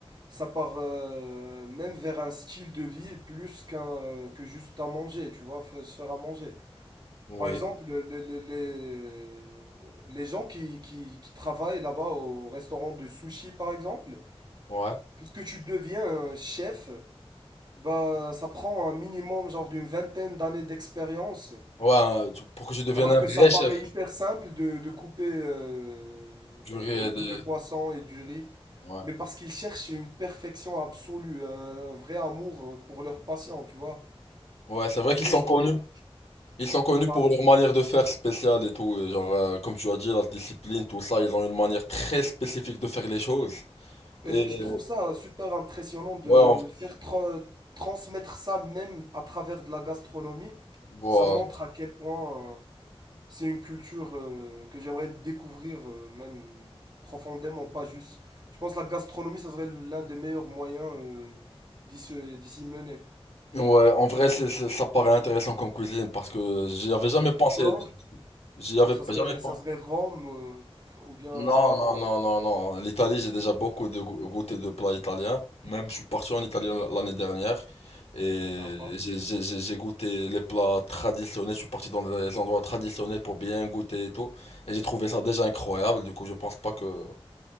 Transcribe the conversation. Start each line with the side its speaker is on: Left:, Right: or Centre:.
Right: ça part euh, même vers un style de vie plus qu'un euh, que juste à manger, tu vois, fa- se faire à manger.
Left: oui,
Right: Par exemple, les, les, les- les gens qui, qui, qui travaillent là-bas au restaurant de sushi, par exemple,
Left: ouais,
Right: pour que tu deviens un chef, bah, ça prend un minimum genre d'une vingtaine d'années d'expérience,
Left: ouais. euh, tu- pour que je devienne
Right: alors
Left: un
Right: que
Left: vrai
Right: ça paraît
Left: chef,
Right: hyper simple de, de couper euh,
Left: j'aurais
Right: des bouts
Left: des-
Right: de poisson et du riz.
Left: Ouais,
Right: Mais parce qu'ils cherchent une perfection absolue, un vrai amour euh, pour leurs patients, tu vois.
Left: ouais, c'est vrai
Right: Ce
Left: qu'ils
Right: que
Left: sont
Right: je
Left: connus.
Right: trouve,
Left: Ils sont connus
Right: par-
Left: pour leur manière de faire spéciale et tout. et genre, euh, comme tu as dit, la discipline, tout ça, ils ont une manière très spécifique de faire les choses.
Right: je
Left: Et
Right: je trouve ça super impressionnant de
Left: ouais, on-
Right: faire tra- transmettre ça même à travers de la gastronomie.
Left: voilà.
Right: Ça montre à quel point euh, c'est une culture euh, que j'aimerais découvrir euh, même profondément, pas juste. Je pense que la gastronomie, ça serait l'un des meilleurs moyens euh, d'y se- d'y s'y mener.
Left: Ouais, en vrai, c'est- c'est- ça paraît intéressant comme cuisine parce que j'y avais jamais
Right: Et pour
Left: pensé.
Right: toi,
Left: J'y avais
Right: ça
Left: pas-
Right: serait,
Left: jamais
Right: ça
Left: pensé.
Right: serait Rome euh, <laughs> ou bien...
Left: Non,
Right: euh,
Left: non, non, non, non. L'Italie, j'ai déjà beaucoup de go- goûté de plats italiens. Même, je suis parti en Italie l- l'année dernière et
Right: Sympa.
Left: j'ai j'ai- j'ai- j'ai goûté les plats traditionnels. Je suis parti dans des endroits traditionnels pour bien goûter et tout. Et j'ai trouvé ça déjà incroyable. Du coup, je pense pas que